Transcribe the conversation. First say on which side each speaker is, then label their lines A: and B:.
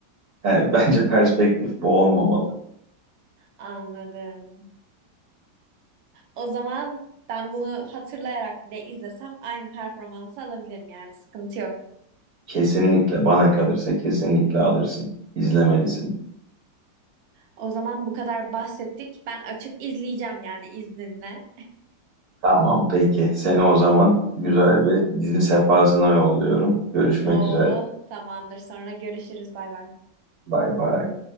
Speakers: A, on the right; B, on the right.
A: e, <laughs> bence perspektif bu olmamalı.
B: anladım. O zaman ben bunu hatırlayarak bile izlesem aynı performansı alabilirim yani sıkıntı yok.
A: Kesinlikle bana kalırsa kesinlikle alırsın, izlemelisin.
B: O zaman bu kadar bahsettik. Ben açıp izleyeceğim yani izninle.
A: Tamam peki. Seni o zaman güzel bir dizi sefasına yolluyorum. Görüşmek
B: Oo
A: üzere.
B: tamamdır. Sonra görüşürüz. Bay bay.
A: Bay bay.